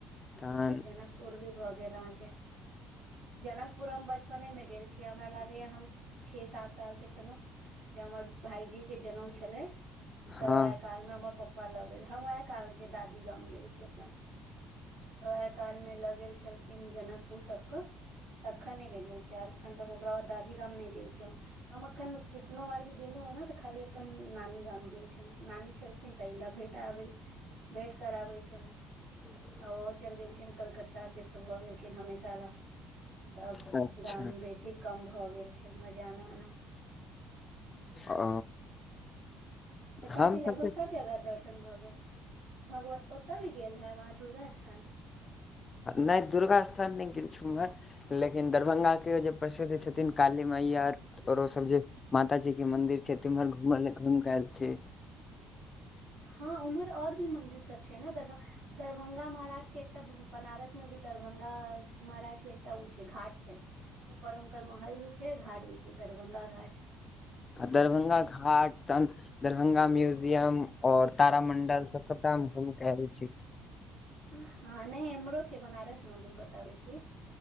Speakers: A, on the left (about 30°); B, on the right (about 55°).
A: तहन
B: अच्छा जनकपुर भी भए गेल अहाँके जनकपुर हम बचपने मे गेल छी हमरा लागैया हम छह सात साल के छलहु जे हमर भाईजी के जनउ छलै तऽ
A: हँ
B: ओहे कहल म्मा पपा लऽ गेल हम वहे काल के दादी गाम गेल छीअइ अपन वैह काल मे लऽ गेल छलखिन जनकपुर सब कऽ तखने कऽ गेल छियै और एखन तक ओकरा दादी गाम नइ गेल छी हम हम अखन कितनो बार भी गेलो हँ नऽ तऽ खाली अपन नानी गाम गेल छलहुँ नानी छल खिन तइ ला भेटाबे भेंट कराबै छलहुँ
A: <inaudible>
B: आ ओहो चलि गेलखिन कलकत्ता शिफ्ट भऽ गेलखिन हमेशा लऽ तब
A: अच्छा
B: गाम बेसी कम भऽ गेल छै हमर जाना आना
A: ओ
B: पता
A: हमसभ
B: नइ लगभग
A: तऽ
B: सब जगह दर्शन भऽ गेल भगवत ओतय भी गेल हैब आहाँ दुर्गा स्थान
A: नइ दुर्गा स्थान नइ गेल छु उम्हर लेकिन दरभंगाक केँ जे प्रसिद्ध छथिन काली मैया औरो सब जे माता जी केँ मंदिर छै तिम्हर घूइम केँ आयल छी
B: हँ उम्हर और भी मंदिर सब छै न दरभंगा दरभंगा महाराज केँ एकटा बनारस मे भी दरभंगा महाराज के एकटा उ छै घाट छै ऊपर उनकर महल भी छै घाट भी छै दरभंगा घाट
A: दरभंगा घाट तहन दरभंगा म्यूजियम और तारामंडल सब सबटा हम घुम कर आएल छी
B: हँ नइ इम्हरो छै बनारस म अभी बताबै छी